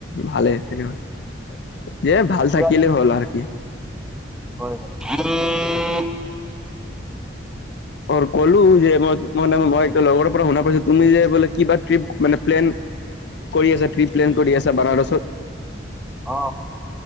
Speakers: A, on the left (about 60°); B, in the centre.
A: ভালে তেনেহলে দে ভাল
B: পুৰা
A: থাকিল হ'ল আৰু কি
B: হয় হয়
A: অ ক'লো যে মই মানে মই লগৰৰ পৰা শুনা পাইছো তুমি যে বোলে কিবা ট্ৰিপ মানে প্লেন কৰি আছা ট্ৰিপ প্লেন কৰি আছা বানাৰসত
B: অ